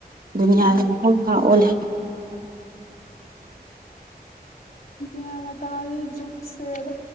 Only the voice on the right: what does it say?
ꯗꯨꯅꯤꯌꯥꯁ
ꯃꯪ ꯃꯈꯥ ꯑꯣꯜꯂꯦ